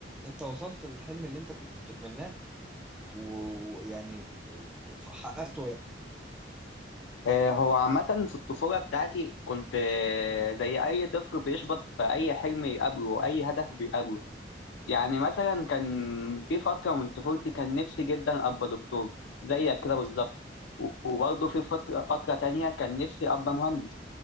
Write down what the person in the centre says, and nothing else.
انت وصلت للحلم اللي انت كنت بتتمناه ويعني حققته ولا